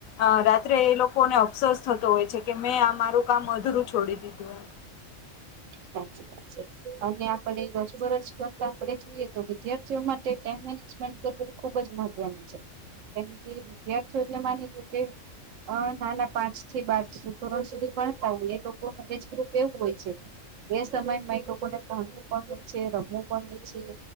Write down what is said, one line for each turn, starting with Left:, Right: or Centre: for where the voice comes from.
Left: અ રાત્રે એ લોકોને અફસોસ થતો હોય છે કે, મેં આ મારું કામ અધૂરું છોડી દીધું એમ.
Right: સાચી વાત. અને આપડે રોજબરોજ કરતા આપડે જોઈએ તો વિદ્યાર્થીઓ માટે ટાઈમ મેનેજમેન્ટ કરે ખુબ જ મહત્વનું છે, કેમ કે વિદ્યાર્થીઓ જે માની લો કે અ નાના પાંચ થી બાર ધોરણ સુધી ભણતા હોય એ લોકોનું એજ ગ્રુપ એવું હોય છે. એ સમયમાં એ લોકોને ભણવું પણ હોય છે રમવું પણ હોય છે.